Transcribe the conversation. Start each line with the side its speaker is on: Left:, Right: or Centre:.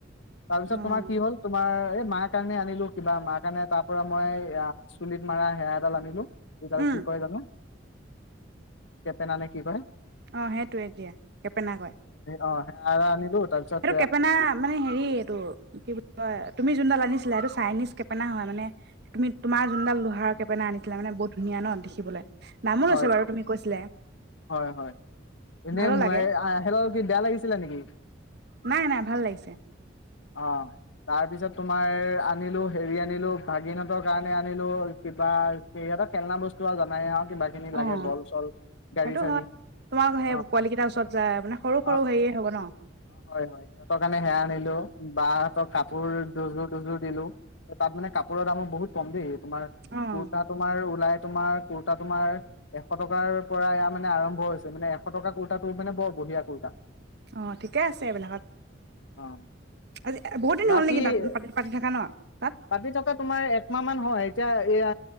Left: তাৰপিছত
Right: অ',
Left: তোমাৰ কি হ'ল তোমাৰ মাৰ কাৰণে আনিলো কিবা মাৰ কাৰণে তাৰ পৰা মই অ', চুলিত মৰা সেয়া এডাল আনিলো। এডাল
Right: উম,
Left: কি কয় জানো। কেপে নানে কি কৰে?
Right: অ', সেইটোৱে এতিয়া। কেপেনে কয়।
Left: অ', সে আৰু আনিলো। তাৰপিছত
Right: এইটো কেপেনা মানে হেৰি এইটো কি বুলি কয় তুমি যোনডাল আনিছিলা এইটো চাইনিজ কেপেনা হয় মানে তুমি তোমাৰ যোনডাল লোহাৰৰ কেপেনা আনিছিলে মানে বহুত ধুনীয়া ন' দেখিবলৈ। দামো
Left: হয়,
Right: লৈছে বাৰু তুমি কৈছিলে
Left: হয়, হয় এনেই
Right: ভালো
Left: মই
Right: লাগে
Left: অ', কি বেয়া লাগিছিলা নেকি?
Right: নাই, নাই ভাল লাগিছে।
Left: অ', তাৰ পিছত তোমাৰ আনিলো হেৰি আনিলো ভাগিনহঁতৰ কাৰণে আনিলো কিবা সিহঁতৰ খেলনা বস্তু আৰু জানাই আৰু খেনে
Right: অ',
Left: লাগে বল চল গাড়ী
Right: সেইটো
Left: চাৰী
Right: হয় তোমালোকৰ সেই
Left: অ',
Right: পোৱালি কেইটাৰ ওচৰত যায় মানে সৰু সৰু
Left: অ',
Right: হেৰিয়ে হ'ব ন
Left: হয়, হয় সিহঁতৰ কাৰণে সেয়া আনিলো। বাহহঁতৰ কাপোৰ দুযোৰ দুযোৰ দিলো তাত মানে কাপোৰৰ দামো বহুত কম দেই। তোমাৰ
Right: অ',
Left: কুৰ্তা তোমাৰ ওলাই তোমাৰ কুৰ্তা তোমাৰ এশ টকাৰ পৰা এয়া মানে আৰম্ভ হৈছে মানে এশ টকা কুৰ্তাত মানে বৰ বঢ়িয়া কুৰ্তা।
Right: অ', ঠিকে আছে এইবিলাকত
Left: অ
Right: আজি বহুত দিন
Left: বাকী
Right: হ'ল নেকি তাত পাতি থকা ন' তাত
Left: পাতি থকা তোমাৰ একমাহ মান হয় এতিয়া এয়া